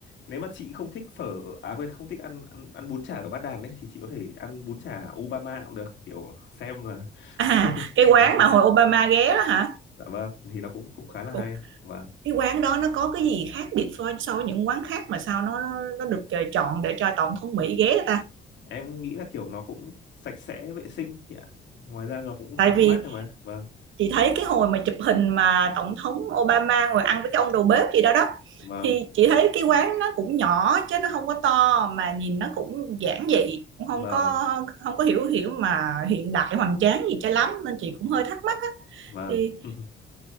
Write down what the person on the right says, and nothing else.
à
cái quán
mà hồi Obama ghé đó hả
Cô-
cái quán đó nó có cái gì khác biệt so so với những quán khác mà sao nó nó nó được ờ, chọn để cho tổng thống Mỹ ghé
Tại
vì
chị thấy cái hồi mà chụp hình mà tổng thống Obama ngồi ăn với cái ông đầu bếp gì đó đó
thì chị thấy cái quán nó cũng nhỏ chứ nó không có to mà nhìn nó cũng giản dị cũng không
có không có hiểu hiểu mà hiện đại hoành tráng gì cho lắm nên chị cũng hơi thắc mắc á
thì